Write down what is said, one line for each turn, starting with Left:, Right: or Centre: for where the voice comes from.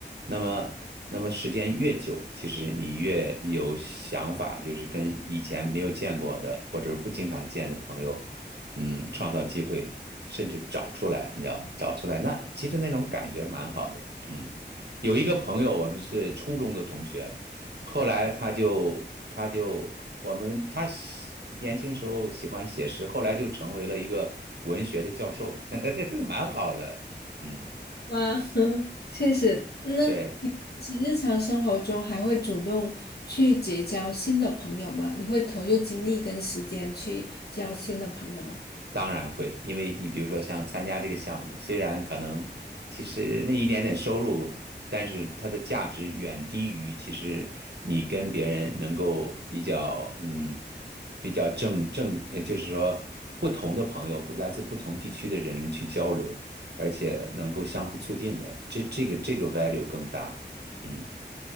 Right: 那么，那么时间越久，其实你越有想法，就是跟以前没有见过的或者不经常见的朋友，嗯，创造机会，甚至找出来，你知道，找出来，那其实那种感觉蛮好的。嗯，有一个朋友，我们是初中的同学，后来他就他就我们他喜年轻时候喜欢写诗，后来就成为了一个文学的教授，<laughs> 蛮好的。嗯，
Left: 哇，<laughs> 确实。那
Right: 对。
Left: 其实日常生活中还会主动去结交新的朋友吗？你会投入精力跟时间去交新的朋友吗？
Right: 当然会，因为你比如说像参加这个项目，虽然可能其实那一点点收入，但是它的价值远低于其实你跟别人能够比较，嗯，比较正正，呃就是说不同的朋友，不来自不同地区的人去交流，而且能够相互促进的，这这个这个 value 更大，嗯